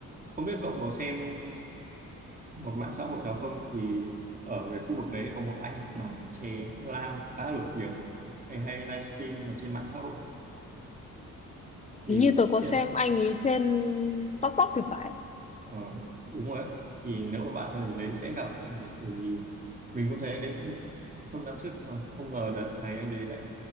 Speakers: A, on the right; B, on the left.
A: không biết cậu có xem một mạng xã hội nào không thì ở cái khu vực đấy có một anh bán chè lam khá là nổi tiếng hay hay livestream ở trên mạng xã hội thì
B: Hình như tôi có
A: kia
B: xem anh ấy trên TikTok thì phải.
A: Ờ, đúng rồi á thì nếu mà bạn ở đấy sẽ gặp được anh đấy bởi vì mình cũng thấy anh đấy cũng- hơn năm trước mà không ngờ đợt này anh đấy lại